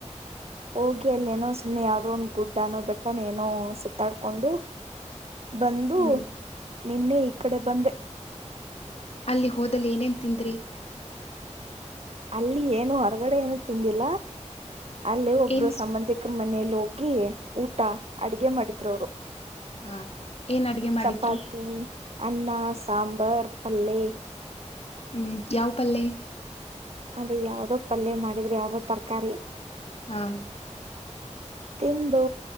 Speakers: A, on the right; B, on the left.
A: ಹೋಗಿ ಅಲ್ಲೇನೋ ಸುಮ್ಮ್ನೆ ಯಾವದೋ ಒಂದು್ ಗುಡ್ನೋ ಬೆಟ್ಟನ ಏನೋ ಸುತ್ತಾಡ್ಕೊಂಡು ಬಂದು
B: ಹ್ಮ್
A: ನಿನ್ನೆ ಈ ಕಡೆ ಬಂದೆ
B: ಅಲ್ಲಿ ಹೋದದಲ್ಲಿ ಏನೇನ್ ತಿಂದ್ರಿ
A: ಅಲ್ಲಿ ಏನು ಹೊರಗಡೆ ಏನು ತಿಂದಿಲ್ಲ ಅಲ್ಲಿ ಒಬ್ಬರು
B: ಏನ್ ಸ್-
A: ಸಂಬಂಧಿಕ ಮನೇಲಿ ಹೋಗಿ ಊಟ ಅಡಗೆ ಮಾಡಿದ್ ಅವ್ರು
B: ಹಾ ಏನ್ ಅಡ್ಗೆ ಮಾಡಿದ್ರು
A: ಚಪಾತಿ ಅನ್ನ ಸಾಂಬರ್ ಪಲ್ಲೆ
B: ಹ್ಮ್ ಯಾವ ಪಲ್ಲೆ
A: ಅದು ಯಾವ್ದೋ ಪಲ್ಯ ಮಾಡಿದ್ರೆ ಯಾವ್ದೋ ತರಕಾರಿ
B: ಹಾ
A: ತಿಂದು